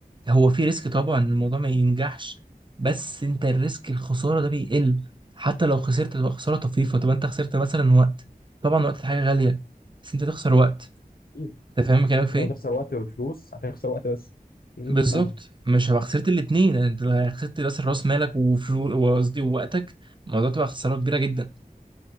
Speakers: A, on the right; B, on the left.
A: هو في ريسك طبعا إن الموضوع ما ينجحش بس انت الريسك الخسارة ده بيقل حتى لو خسرت تبقى خسارة طفيفة طب انت خسرت مثلا وقت طبعا وقت حاجة غالية بس انت تخسر وقت
B: مم.
A: انت فاهم كلامك في
B: بدل
A: ايه؟
B: ما تخسر وقت وفلوس هتخسر وقت بس مم،
A: بالظبط
B: فاهمك
A: مش هبقى خسرت الاثنين انت لو خسرت راس راس مالك وفلوس وقصدي ووقتك الموضوع تبقى خساره كبيره جدا